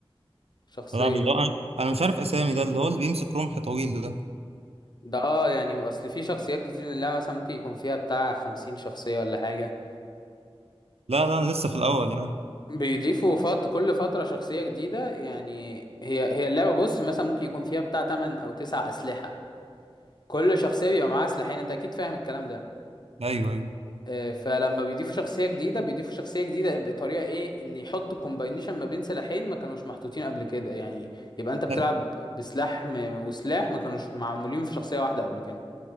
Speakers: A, on the left (about 45°); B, on the right (about 85°).
A: شخصية
B: نلعب اللي هو انا أنا مش عارف اسامي ده اللي هو اللي بيمسك رمح طويل ده
A: ده اه يعني اصل في شخصيات كتير من اللعبة مثلا ممكن يكون فيها بتاع خمسين شخصية ولا حاجة
B: لا لا انا لسه في الاول يعني
A: بيضيفوا فت... كل فترة شخصية جديدة يعني هي هي اللعبة بص مثلا ممكن يكون فيها بتاع 8 أو 9 أسلحة كل شخصية بيبقى معاها سلاحين أنت أكيد فاهم الكلام ده
B: ايوه ايوه
A: آه، فلما بيضيفوا شخصية جديدة بيضيفوا شخصية جديدة بطريقة إيه إن يحطوا كومباينيشن ما بين سلاحين ما كانوش محطوطين قبل كده يعني يبقى أنت بتلعب
B: ايوه
A: بسلاح م... وسلاح ما كانوش معمولين في شخصية واحدة قبل كده